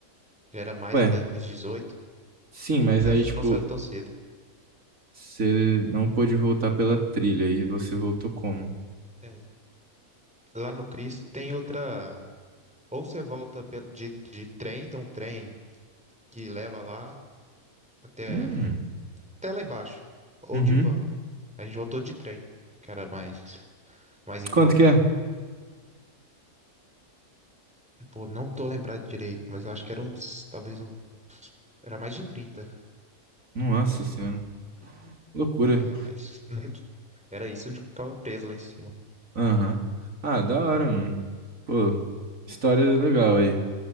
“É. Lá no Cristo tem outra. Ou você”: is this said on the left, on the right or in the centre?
Centre